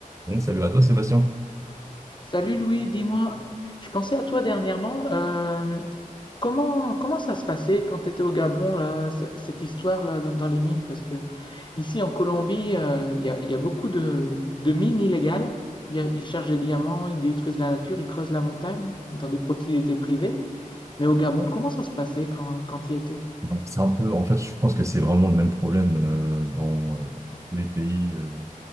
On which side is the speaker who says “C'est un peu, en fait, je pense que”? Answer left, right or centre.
Right